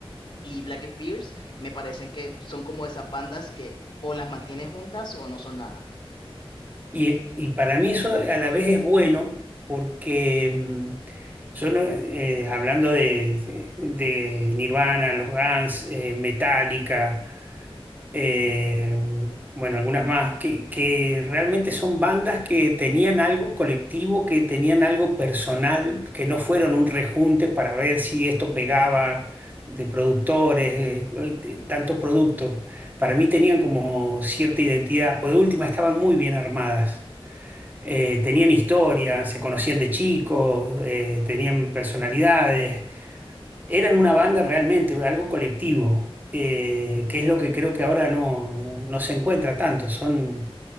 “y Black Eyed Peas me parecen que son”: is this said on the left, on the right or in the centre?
Left